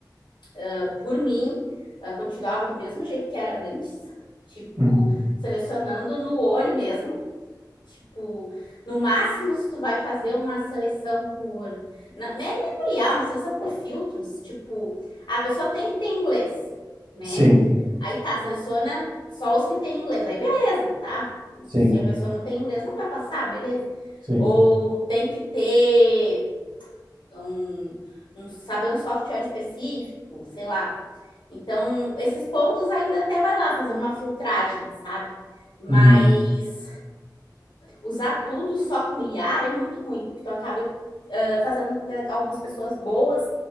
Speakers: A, on the left (about 80°); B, on the right (about 75°).
A: ah, por mim, ah, continuava do mesmo jeito que era antes, tipo,
B: Uhum.
A: selecionando no olho mesmo, Tipo, no máximo, se tu vai fazer uma seleção por. Não, nem, nem por IA, uma seleção por filtros. Tipo, a pessoa tem que ter inglês, né?
B: Sim.
A: Aí tá, seleciona só os que têm inglês. Aí beleza, tá?
B: Sim.
A: Se a pessoa não tem inglês, não vai passar, beleza.
B: Sim.
A: Ou tem que ter um, um saber um software específico, sei lá. Então, esses pontos ainda até vai lá fazer uma filtragem, sabe? Mas
B: Uhum.
A: usar tudo só com IA é muito ruim, porque tu acaba uh, fazendo com que algumas pessoas boas